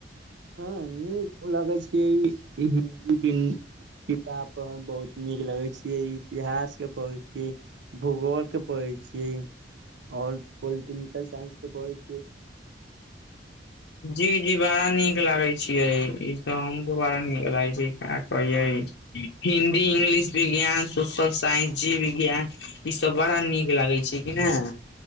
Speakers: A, on the right; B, on the left.
A: हँ नीक लगय छैय हिन्दी किताब पढ़ऽ मऽ बहुत नीक लगे छियै इ इतिहास के पढ़ै इ भूगोल के पढ़ै छियै और पोलटिंकल साइंस के पढ़ै छियै
B: जी जी बड़ा नीक लागे छियै ई तऽ हमरो बड़ा नीक लागै छैय का कहियै हिन्दी इंग्लिश विज्ञान सोशलस साइंस जी विज्ञान ई सब बड़ा नीक लागै छैय कि ने